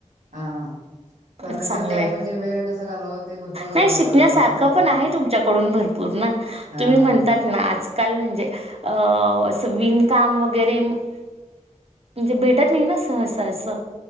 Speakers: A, on the right; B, on the right.
A: हा करण्यासारखं
B: चांगलंय
A: आहे म्हणजे वेळ कसा घालावा ते भरपूर वेळ
B: नाही
A: घालावा
B: शिकण्यासारखं
A: भरपूर साधन
B: पण आहे तुमच्याकडून भरपूर ना
A: हा
B: तुम्ही म्हणतात ना आजकाल म्ह म्हणजे अ अस विणकाम वगैरे म म्हणजे भेटत नाही ना सहसा असं.